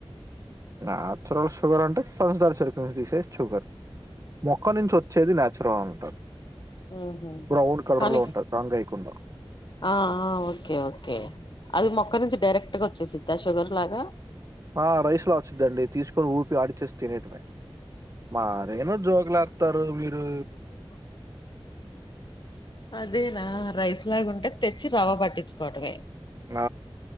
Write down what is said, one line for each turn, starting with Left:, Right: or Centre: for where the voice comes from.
Right: నాచురల్ షుగర్ అంటే పంచదార చెరుకు నుంచి తీసే షుగర్ మొక్క నుంచి వచ్చేది నాచురల్ అంటారు
Left: ఉ హు
Right: బ్రౌన్ కలర్
Left: కానీ
Right: లో ఉంటది రంగు అయకుండా
Left: ఆ అ ఓకే ఓకే అది మొక్క నుంచి డైరెక్ట్ గా వచ్చేసిద్ద షుగర్ లాగా
Right: ఆ రైస్ లో వచ్చిదండి తీసుకొని ఊపి ఆడిచేస్ తినేటివయి మా రేను జోగ్లత్ త్తారు మీరు
Left: అదేనా రైస్ లాగా ఉంటే తెచ్చి రవ్వ పట్టించుకోవటమే
Right: ఆ